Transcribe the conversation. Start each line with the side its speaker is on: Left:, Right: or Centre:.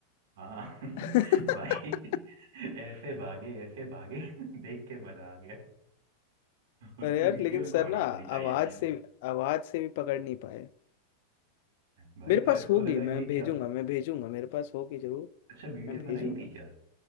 Right: हाँ <laughs>
Left: <laughs>
Right: भाई ऐसे भागे ऐसे भागे <laughs> देख के मजा आ गया उसकी
Left: अरे यार
Right: वीडियो
Left: लेकिन
Right: रिकॉर्डिंग
Left: सर ना
Right: होनी चाहिए
Left: आवाज
Right: थी यार
Left: से आवाज से भी पकड़ नहीं पाए
Right: भाई
Left: मेरे पास
Right: सर
Left: होगी
Right: को लगा
Left: मैं
Right: ये
Left: भेजूंगा
Right: क्या
Left: मैं भेजूंगा मेरे पास होगी जरूर
Right: अच्छा वीडियो
Left: मैं भेजूंगा
Right: बनाई थी क्या